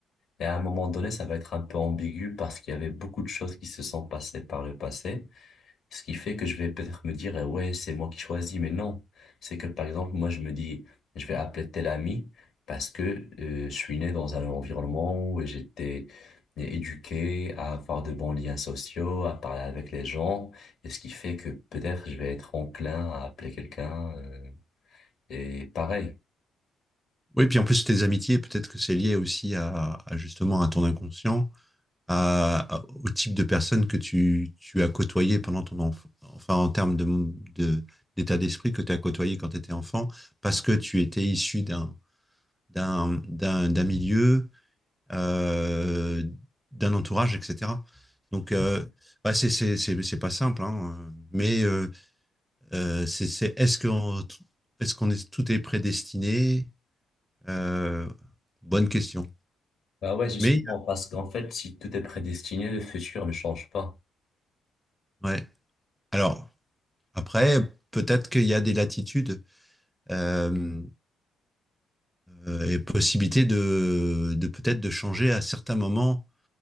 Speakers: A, on the left (about 65°); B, in the centre.
A: Et à un moment donné, ça va être un peu ambigu parce qu'il y avait beaucoup de choses qui se sont passées par le passé. Ce qui fait que je vais peut-être me dire, euh, ouais, c'est moi qui choisis, mais non. C'est que, par exemple, moi, je me dis, je vais appeler tel ami parce que euh, je suis né dans un environnement où j'étais éduqué à avoir de bons liens sociaux, à parler avec les gens, et ce qui fait que peut-être je vais être enclin à appeler quelqu'un euh, et pareil.
B: Oui, puis en plus, tes amitiés, peut-être que c'est lié aussi à, à justement à ton inconscient, à, à- au type de personne que tu, tu as côtoyé pendant ton enfant, enfin, en termes de, de- d'état d'esprit que tu as côtoyé quand tu étais enfant, parce que tu étais issu d'un, d'un, d'un, d'un milieu euh, d'un entourage, etc. Donc, euh, bah, c'est c'est- c'est- c'est pas simple, hein, euh, mais euh, euh, c'est, c'est- est-ce qu'on est-ce qu'on est, tout est prédestiné? Euh, bonne question.
A: Bah ouais, justement,
B: Mais,
A: parce qu'en fait, si tout est prédestiné, le futur ne change pas.
B: ouais. Alors, après, peut-être qu'il y a des latitudes euh, euh, et possibilités de, de peut-être de changer à certains moments.